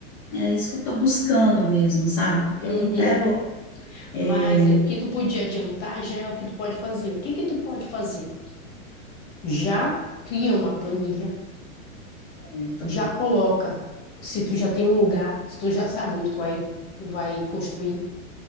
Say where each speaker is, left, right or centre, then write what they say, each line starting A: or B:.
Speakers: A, on the left (about 35°); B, on the left (about 55°).
A: é isso que eu estou buscando mesmo, sabe? Porque
B: Uhum.
A: eu não quero, eh,
B: Mas é, o que tu podia adiantar já é o que tu pode fazer. O que que tu pode fazer? Já cria uma planilha,
A: então,
B: já coloca. Se tu já tem um lugar, se tu já sabe onde tu vai, tu vai construir.